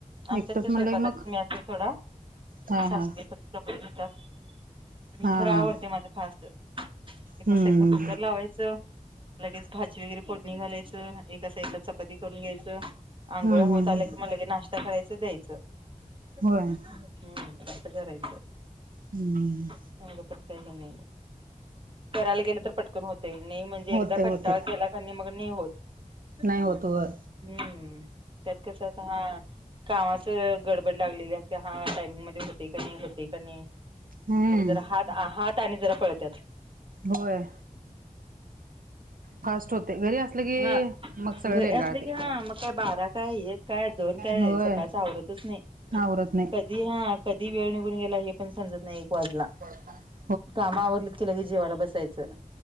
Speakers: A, on the right; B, on the right.
A: आमच्यात
B: एकटंच
A: ते स्वयंपाकातम्ही
B: म्हणलं की मग
A: आजचा थोडा
B: हा
A: सासवी
B: हा
A: कपडे घेतात मी
B: हा
A: खरं आवडते
B: हा
A: माझ फास् एकाथलं
B: हम्म
A: कुकर लावायचं लगेच भाजी वगैरे फोडणी घालायचं एका साइडला चपाती करून घ्यायचं आंघोळ्या
B: हम्म
A: होत
B: हम्म हम्म
A: आल्या की मला की नाश्ता करायचं द्यायचं हम्
B: होय
A: कस करायचं
B: हम्म
A: हो गपता ये नन करायला गेले तर पटकन होते नाही म्हणजे एकदा
B: होते
A: कंटा
B: होते
A: केला क नाही मग नाही होत
B: नाही
A: हम्म
B: होत वर
A: त्यात कसता हा कामाच गडबड लागलेली त्या हा टायमिंगमध्ये होते का नाही होते का नाही
B: हम्म
A: मग जरा हात हात आणि जरा पळतात
B: होय फास्ट होते घरी असलं की
A: हा
B: मग सगळं
A: घरी
B: रेंगाळते
A: असले की हा मग काय बारा काय एक काय दोन काय
B: होय
A: सकाळच आवरतच नाही
B: आवरत नाही
A: कधी हा कधी वेळ निघून गेला हे पण समजत नाही एक वाजला
B: ब हा
A: कामा आवरलं केलं की जीवाला बसायचं